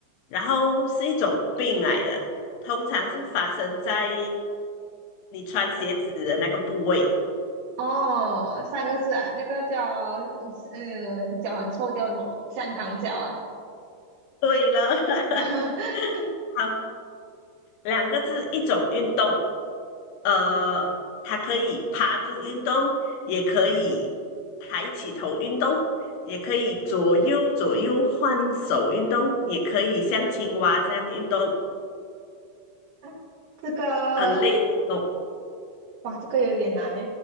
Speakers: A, on the left (about 85°); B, on the right (about 65°).
A: 然后是一种病来的，通常是发生在你穿鞋子的那个部位。
B: 哦，三个字啊，那个叫呃，脚很臭叫什么？香港脚啊，
A: 对了，<laughs>
B: <laughs>
A: 好，两个字，一种运动，呃，它可以趴住运动，也可以抬起头运动，也可以左右左右换手运动，也可以像青蛙这样运动，
B: <laughs> 啊，这个，
A: 很累的运动。
B: 哇，这个有点难呢。